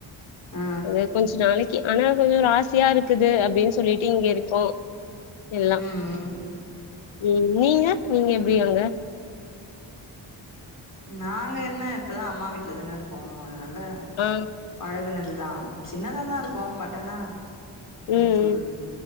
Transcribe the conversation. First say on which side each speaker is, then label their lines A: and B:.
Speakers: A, on the left; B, on the left.
A: ஆ
B: அது கொஞ்சோ நாளைக்கு ஆனா கொஞ்சோ ராசியா இருக்குது அப்பிடின்னு சொல்லிட்டு இங்க இருக்கோ எல்லா
A: ம்
B: ம் நீங்க நீங்க எப் பிடியாங்க
A: நாங்க என்ன இப்பதா அம்மா வீட்டுல தான இருக்கோ அதுனா ல
B: ஆ
A: பழகுனதுதா சின்னதா தா இருக்கு பட் ஆனா
B: ம்
A: எப்பிடி சொல்றது